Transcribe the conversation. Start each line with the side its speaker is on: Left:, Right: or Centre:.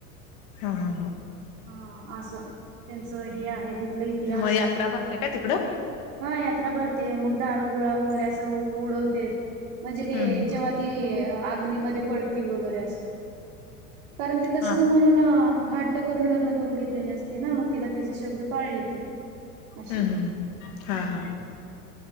Left: हा हा
Right: हा असं त्यांचं हे आहे तिथलं इतिहास
Left: मग यात्रा भरते का तिकडं
Right: हा यात्रा भरते, मग दारू गोळा वगैरे असं उडवतेत. म्हणजे ते
Left: हम्म हम्म
Right: जेव्हा ती आग्नीमध्ये पडती वगैरे असं कारण ते तसच
Left: हा
Right: म्हणून अ हट्ट करून लग्न करून घेतलेले असते ना मग तिला तिचे शब्द पाळले ती अशी
Left: हम्म हम्मम हा
Right: हम्म
Left: हा